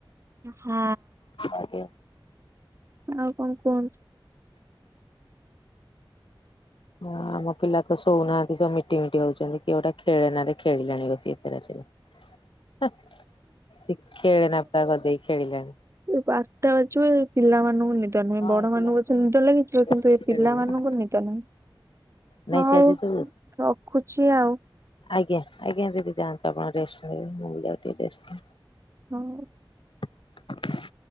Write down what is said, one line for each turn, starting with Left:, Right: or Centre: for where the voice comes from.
Right: ହଁ।
Left: ଆଜ୍ଞା।
Right: ଆଉ କଣ କୁହନ୍ତୁ?
Left: ହଁ ମୋ ପିଲା ତ ଶୋଉନାହାନ୍ତି ସବୁ ମିଟି ମିଟି ହୋଉଚନ୍ତି କିଏ ଗୋଟେ ଖେଳନାରେ ଖେଳିଲାଣି ବସି ଏତେ ରାତି ହ ସେ ଖେଳେନା ପାଗଦେଇ ଖେଳିଲେଣି।
Right: ମୁଁ ପାର୍ ଅଛି ପିଲାମାନଙ୍କୁ ନେ ନିଦ ନାହିଁ
Left: ହଁ
Right: ବଡମାନଙ୍କୁ
Left: ଏ ପିଲା
Right: ପଛେ
Left: ଶୋଇନାହାନ୍ତି
Right: ନିଦ ଲାଗିଥିବ କିନ୍ତୁ ଏ
Left: ଖେଳିଲେ
Right: ପିଲାମାନାନଙ୍କୁ
Left: ନା।
Right: ନିଦ ନାହିଁ।
Left: ନାଇଁ
Right: ହଉ
Left: ସେ ଆଜି ସବୁ
Right: ରଖୁଚି ଆଉ।
Left: ଆଜ୍ଞା ଆଜ୍ଞା ଦିଦି ଯାଆନ୍ତୁ ଆପଣ ରେଷ୍ଟ ନେବେ ମୁଁ ବି ଯାଉଚି ରେଷ୍ଟ
Right: ହୋଉ।
Left: <unintelligible>